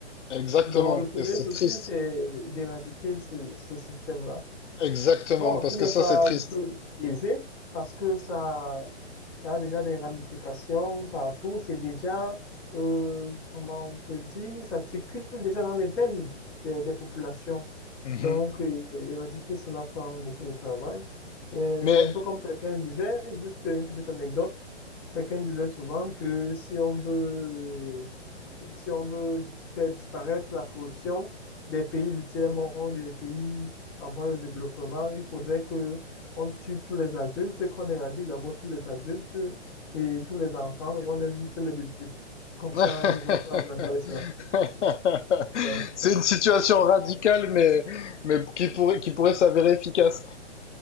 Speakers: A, on the left (about 85°); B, in the centre.
A: exactement,
B: Donc, le premier
A: et c'est
B: souci,
A: triste.
B: c'est d'éradiquer ce, ce système-là.
A: Exactement,
B: Bon,
A: parce
B: qui
A: que
B: n'est
A: ça,
B: pas
A: c'est triste.
B: du tout aisé parce que ça, ça a déjà des ramifications partout. C'est déjà, euh, comment on peut dire, ça circule déjà dans les veines des, des populations.
A: Mhm.
B: Donc, euh, éradiquer cela prend beaucoup de travail. Euh,
A: Mais
B: c'est un peu comme quelqu'un disait, juste une petite anecdote, quelqu'un disait souvent que si on veut si on veut faire disparaître la corruption des pays du tiers-monde, des pays en voie de développement, il faudrait que on tue tous les adultes, qu'on éradique d'abord tous les adultes et tous les enfants et on laisse juste les bébés. Comme
A: <laughs>
B: ça, ils ne vont pas grandir avec cela.
A: <laughs>
B: Donc,
A: C'est une situation radicale, mais, mais qui pourrait, qui pourrait s'avérer efficace.